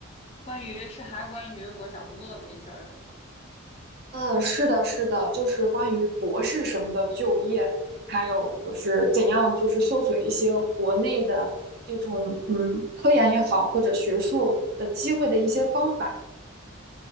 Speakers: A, on the left; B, on the right.
A: 关于是还是关于我找工作的这事儿是吗？
B: 嗯，是的，是的，就是关于博士生的就业，还有就是怎样就是搜索一些国内的这种嗯科研也好，或者学术的机会的一些方法。